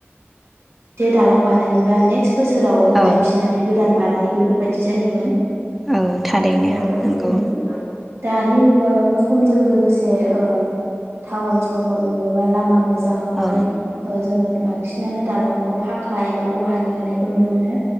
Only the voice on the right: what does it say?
जे दालां बानायोबा नेक्स बोसोरावनो
बायफिननानै गोदान बानायो बेफोरबायदि जायोमोन
उम
दानि मुगायावथ समजों लोगोसे ओ टाउन सहर बबेबा लामा मोजां मोजाङावहाय
जोङो बांसिनानो दालांखौ फाखा एबा लहानि होनायखौ नुनो मोनो